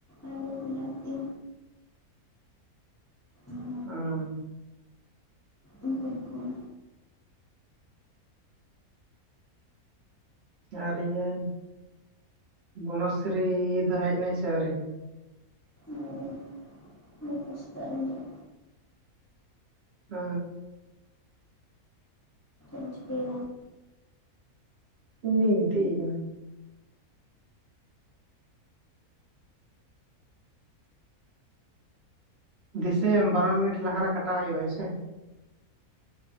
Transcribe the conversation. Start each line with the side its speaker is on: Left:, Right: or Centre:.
Left: ᱟᱞᱩ ᱵᱤᱞᱟᱛᱤ ᱟᱨ
Right: ᱟ
Left: ᱤᱧ ᱴᱷᱮᱱ ᱠᱷᱚᱱ
Right: ᱟᱨ ᱤᱭᱟᱹ ᱵᱚᱱᱚᱥᱤᱨᱤ ᱫᱚ ᱦᱮᱡ ᱱᱟᱭ ᱥᱮ ᱟᱹᱣᱨᱤ
Left: ᱟᱹᱣᱨᱤ ᱜᱟᱯᱟ ᱥᱮᱛᱟᱜ ᱨᱮ ᱦᱤᱡᱩᱜ ᱟᱭ
Right: ᱟ
Left: ᱪᱤᱠᱟᱹᱭ ᱫᱟᱢ
Right: ᱤᱧ ᱫᱚᱧ ᱜᱤᱛᱤᱡ ᱠᱟᱱᱟ ᱾ ᱫᱤᱥᱟᱹᱭᱟᱢ ᱵᱟᱨᱚ ᱢᱤᱱᱤᱴ ᱞᱟᱦᱟᱨ ᱨᱮ ᱠᱟᱴᱟᱣ ᱦᱩᱭᱩᱜᱼᱟ ᱦᱮᱸ ᱥᱮ